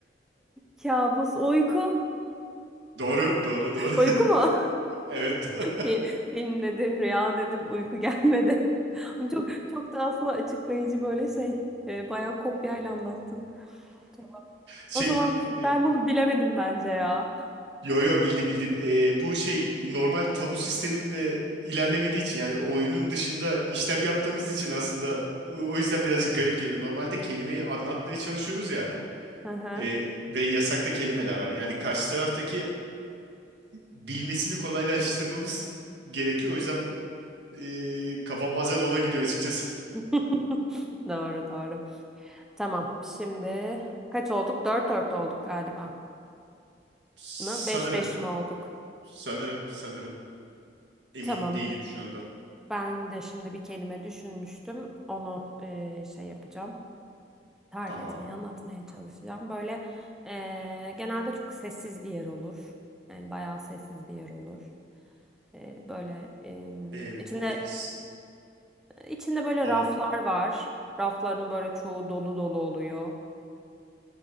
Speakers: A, in the centre; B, on the right.
A: Kabus. Uyku.
B: Doğru, doğru, doğru.
A: Uyku mu? <laughs>
B: <laughs> Evet, doğru.
A: Fi- Film dedim, rüya dedim, uyku gelmedi. <laughs> Ama çok çok da aslında açıklayıcı böyle şey, e, bayağı kopyayla anlattın. Tamam.
B: Şey,
A: O zaman biz-
B: e,
A: ben bunu bilemedim bence ya.
B: Yo yo bildim bildim. Ee, bu şey normal tabu sisteminde ilerlemediği için yani oyunun dışında işlem yaptığımız için aslında o o yüzden birazcık garip geliyor. Normalde kelimeyi anlatmaya çalışıyoruz ya
A: Hı hı.
B: e, ve yasakta kelimeler var. Yani karşı taraftakinin bilmesini kolaylaştırmamız gerekiyor. O yüzden e, kafam bazen ona gidiyor açıkçası.
A: <laughs> Doğru doğru. Tamam. Şimdi kaç olduk? Dört dört olduk galiba.
B: Sanırım,
A: Mı? Beş beş mi olduk?
B: sanırım, sanırım. Emin
A: Tamam.
B: değilim şu anda.
A: Ben de şimdi bir kelime düşünmüştüm. Onu e, şey yapacağım. tarif
B: Tamam.
A: etmeye, anlatmaya çalışacağım. Böyle eee, genelde çok sessiz bir yer olur. Yani bayağı sessiz bir yer olur. Eee, böyle em,
B: Ev,
A: içinde
B: ofis,
A: içinde böyle
B: mağara,
A: raflar var. Rafların böyle çoğu dolu dolu oluyor.